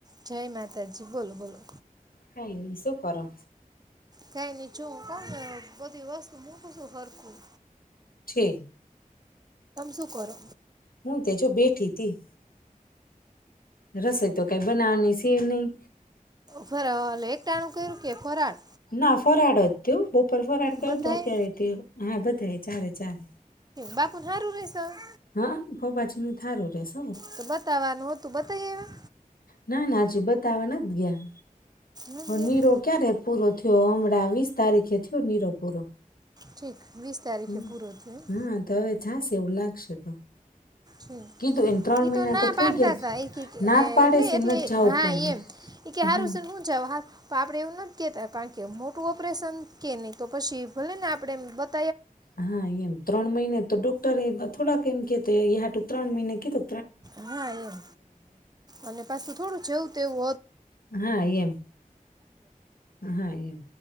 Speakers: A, on the right; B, on the left.
A: જય માતાજી બોલો બોલો
B: કઈ નઈ સુ કરો
A: કઈ નઈ જો <unintelligible> બધી વસ્તુ મૂકું છું હરખું.
B: છે.
A: શું કરો
B: હું તે જો બેઠી તી. રસોઈ તો કઈ બનાવાની સે નઈ.
A: ફરા એક ટાણું કર્યું કે ફરાળ?
B: ના ફરાળ જ તું? બપર ફરાર કરયુ
A: બધાએ
B: તો અત્યારે તે હા બધાય ચારે ચાર.
A: બાપુ હારું રહેસે હવ?
B: હા હવાજનું હારું રશે.
A: તો બતાવ આનો બતાવી આયવા?
B: ના ના હજી બતાવવા નથી ગયા.
A: આવ્યા નથી ગયા
B: નીરો ક્યા રે પૂરો થયો હમણાં વીસ તારીખે થયો નીરો પૂરો.
A: ઠીક વીસ તારીખે
B: હમ્મ.
A: પૂરો થયો એમ?
B: હમ્મ, તો હવે જાશે એવું લાગશે તો.
A: છે.
B: કીધું એને ત્રણ
A: એ
B: મહિના
A: તો ના
B: થઈ
A: પાડતા
B: ગયા
A: તા ઈ કે કે
B: નાદ પાડે
A: એટલે
B: છે
A: એટલે
B: ન જવું
A: હા
B: પણ
A: એમ કે હારુંન
B: હમ
A: શેન હું જવું. તો આપડે એવું નથી કેતા કારણ કે મોટું ઓપરેશન કે નહી તો પછી ભલે ને આપણે બતા
B: હા એમ ત્રણ મહિને તો ડોક્ટરે થોડાક એમ કહેતો યા ટુ ત્રણ મહિને કીધો
A: હા એમ અને પાછું થોડું જેવું તે વ
B: હા એમ હા એમ